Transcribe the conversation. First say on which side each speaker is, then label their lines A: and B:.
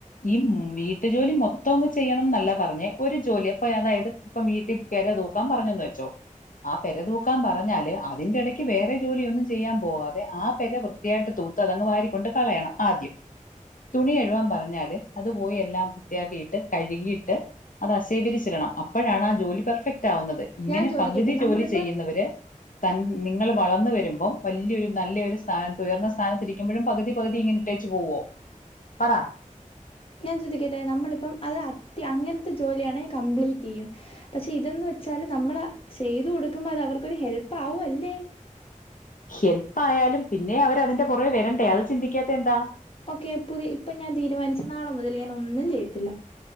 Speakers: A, on the left; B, on the left.
A: ഈ വീട്ടു ജോലി മൊ ത്തങ്ങ് ചെയ്യണം എന്നല്ല പറഞ്ഞേ ഒരു ജോലി അപ്പൊ അതായത് ഇപ്പൊ വീട്ടിൽ പെര തൂക്കാൻ പറഞ്ഞെന്ന് വെച്ചോ ആ പര തൂക്കാൻ പറഞ്ഞാല് അതിന്റെ ഇടയ്ക്ക് വേറെ ജോലിയ ഒന്നും ചെയ്യാൻ പോകാതെ ആ പര വൃത്തിയായിട്ട് തൂത്ത് അതങ്ങ് വാരിക്കൊണ്ട് കളയണം ആദ്യം തുണി എഴുവാൻ പറഞ്ഞാല് ത് അത് പോയി എല്ലാം കൃത്യാക്കിയിട്ട് കഴുകിയിട്ട് അത് അസേവിരിച്ചിരണം അപ്പോഴാണ് ആ ജോലി പെർഫെക്റ്റ് റ്റവ്ന്നത് ഇങ്ങനെ
B: ഞാൻ ചോദിക്കട്ടെ
A: പകുതി ജോലി
B: നമ്മളിപ്പോ
A: ചെയ്യുന്നവര് തൻ നിങ്ങൾ വളർന്നു വരുമ്പം വലിയൊരു നല്ലൊരു സ്ഥാനത്ത് ഉയർന്ന സ്ഥാനത്ഇരിക്കുമ്പോഴും പകുതി പകുതി ഇങ്ങനെ ഇട്ടേച് പോവോ പറ
B: ഞാൻ ചോദിക്കട്ടെ നമ്മളിപ്പം അത് അത് അങ്ങനത്തെ ജോലിയാണെ കംപ്ലീറ്റ് ചെയ്യും പക്ഷെ ഇതന്ന് വെച്ചാല് നമ്മൾ ചെയ്തു കൊടുക്കുമ്പോ അത് അവർക്കൊരു ഹെല്പ്പ് ആവ് അല്ലേ
A: ഹെൽപ്പ് ആയാലും പിന്നെ അവർ അതിന്റെ പുറവേ വരണ്ടേ അത് ചിന്തിക്കാത്ത എന്താ
B: ഓക്കെ പുതിയ ഇപ്പം ഞാൻ തീരുമാനിച്ച നാളെ മുതൽ ഞാൻ ഒന്നും ചെയ്യത്തില്ല